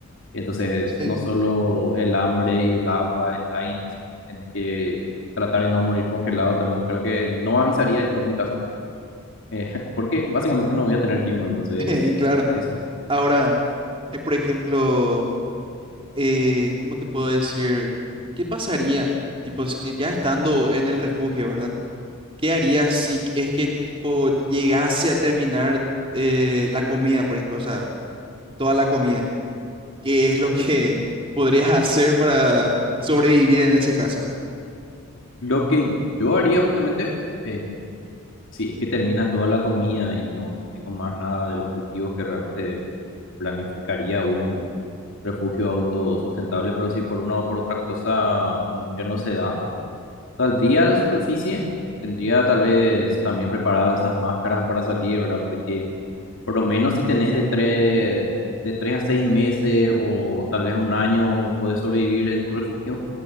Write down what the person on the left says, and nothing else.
Entonces,
no solo el hambre y el agua, el aire, sino que tenés que tratar de no morir congelado también. Creo que no avisaría yo en mi caso, eh, <laughs> porque básicamente no voy a tener tiempo, entonces,
eso.
Lo que yo haría justamente, eh, si es que termina toda la comida y no, no tengo más nada de los cultivos que realmente planificaría un refugio autosustentable, pero si por una o por otra cosa mm, ya no se da, saldría a la superficie, tendría tal vez también preparado esas máscaras para salir, ¿verdad? Porque por lo menos si tenés de tres, de tres a seis meses o tal vez un año, podés sobrevivir en tu refugio